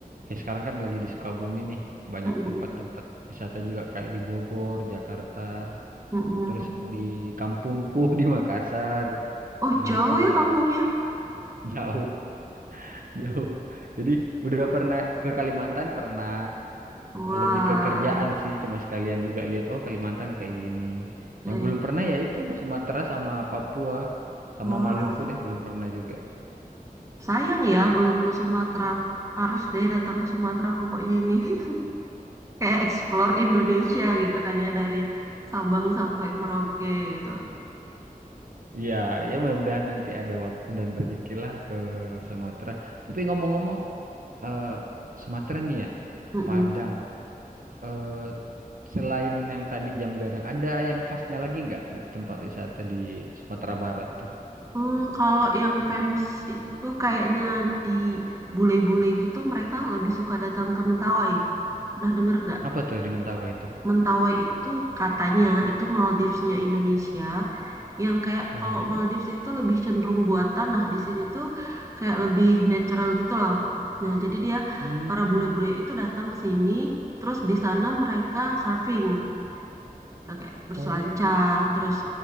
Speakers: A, on the right; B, on the right.
A: eh, sekarang kan lagi di Sukabumi nih, banyak
B: mm-mm,
A: tempat-tempat wisata juga kayak di Bogor, Jakarta
B: mm-mm.
A: terus di kampungku <laughs> di Makassar
B: Oh
A: nah
B: jauh
A: itu
B: ya kampungnya?
A: juga jauh <laughs> jauh jadi udah pernah ke Kalimantan pernah
B: Wah,
A: lebih ke kerjaan sih cuma sekalian juga lihat oh Kalimantan kayak gini
B: baik.
A: yang belum pernah ya itu Sumatera sama Papua sama
B: Ah,
A: Maluku deh belum pernah juga
B: sayang ya belum ke Sumatera. Harus deh datang ke Sumatera pokoknya ini. <laughs> Kayak explore Indonesia gitu kan ya dari Sabang sampai Merauke gitu.
A: ya ya mudah-mudahan nanti ada waktu dan rezeki lah ke Sumatera. Tapi ngomong-ngomong, eh Sumatera nih ya,
B: Iya.
A: Padang. eh, selain yang tadi jam gadang, ada yang khasnya lagi nggak d- tempat wisata di Sumatera Barat tuh?
B: Hmm, kalau yang famous itu kayaknya di bule-bule gitu mereka lebih suka datang ke Mentawai. Pernah denger gak?
A: Apa tuh di Mentawai itu?
B: Mentawai itu katanya itu Maldivesnya Indonesia. Yang kayak
A: Oh
B: kalau
A: iya.
B: Maldives itu lebih cenderung buatan. Nah di sini tuh kayak lebih natural gitu loh. Nah jadi dia
A: Hmm,
B: para bule-bule itu datang ke sini. Terus di sana mereka surfing ya kayak berselancar
A: oh,
B: terus